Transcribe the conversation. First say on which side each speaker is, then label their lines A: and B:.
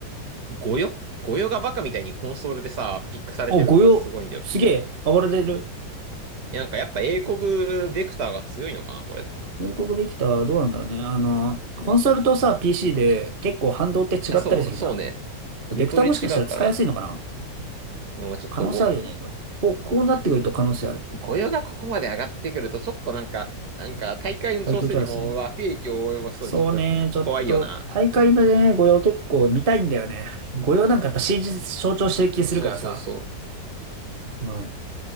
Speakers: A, on the right; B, on the right.
A: ごよごよがバカみたいにコンソールでさ、ピックされてるのがすごいんだよ。
B: お、御用。すげえ、暴れてる。
A: えなんかやっぱ英国ベクターが強いのかな、これって。
B: 入国ビクターどうなんだろうね。あの、コンソールとさ、PC で結構反動って違ったりするじゃん。
A: あそう、そうね。リコイル違うから、
B: ベクターもしかしたら使いやすいのかな
A: もうちょっとご、
B: 可能性あるよね、これ。こう、
A: ご、
B: こうなってくると可能性ある。
A: 御用がここまで上がってくると、ちょっとなんか、なんか大会の調整にも悪影響を及ぼしそうで、
B: 最強キャラっすね。そうね、
A: ちょっと怖いよな。
B: ちょっと、大会のね、御用結構見たいんだよね。御用なんかやっぱ CG 象徴してる気するからさ。
A: そうそうそ
B: うん。